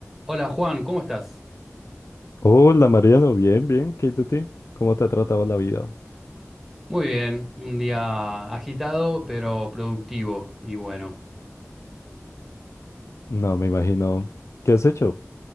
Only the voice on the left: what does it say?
Hola Mariano, bien, bien, ¿qué hay de ti? ¿Cómo te ha tratado la vida?
No, me imagino. ¿Qué has hecho?